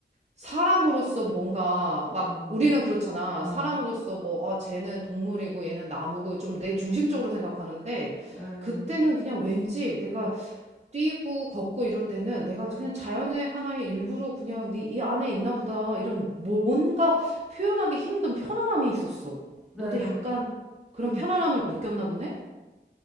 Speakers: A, on the right; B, in the centre.
A: 사람으로서 뭔가 막
B: 어,
A: 우리는 그렇잖아.
B: 어,
A: 사람으로서 뭐, 아, 쟤는 동물이고 얘는 나무고 좀 내 중심적으로 생각하는데
B: 예,
A: 그때는 그냥 왠지 내가
B: 예,
A: 뛰고 걷고 이럴 때는 내가
B: 네,
A: 그냥 자연의 하나의 일부로 그냥 네 이 안에 있나 보다 이런 뭔가 표현하기 힘든 편안함이 있었어.
B: 네.
A: 너도 약간 그런
B: 응
A: 편안함을 느꼈나 보네?